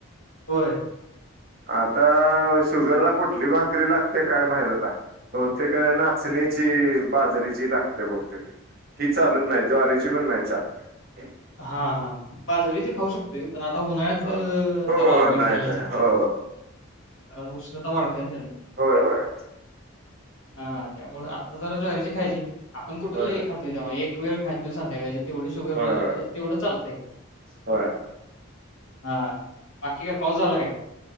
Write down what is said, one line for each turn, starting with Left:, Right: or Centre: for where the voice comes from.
Left: होय
Right: आता शुगरला कुठली भाकरी लागत्या काय माहित आता. बहुतेक क नाचनीची. बाजारीची लागत्या बहुतेक बहतेक ही चालत नाही ज्वारीची पण नाही चालत
Left: हा हा बाजारीची खाऊ शकतोय. पण आता उन्हाळ्यात
Right: हा हो
Left: जरा अवॉइड
Right: नाही
Left: केलेला
Right: नाही
Left: चांगलाय
Right: हो
Left: कारण. <unintelligible>
Right: होय होय.
Left: हा त्यामूळ आत्ता जरा ज्वारीची खायची. आपण कुठ
Right: होय
Left: लय
Right: होय.
Left: खातोय तेव्हा एक- तू एक खातोस संध्याकाळची. तेवढी शुगरला
Right: होय होय
Left: म्हणजे. तुला चालतंय.
Right: होय
Left: हा बाकी काय पाऊस झाला काय?